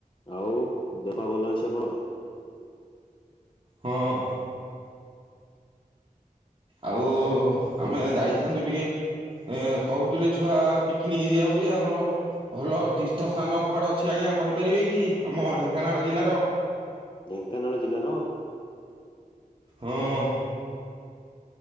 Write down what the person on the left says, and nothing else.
ଆଉ ଦେହ ଭଲ ଅଛି ଆପଣଙ୍କର?
ଢେଙ୍କାନାଳ ଜିଲ୍ଲାର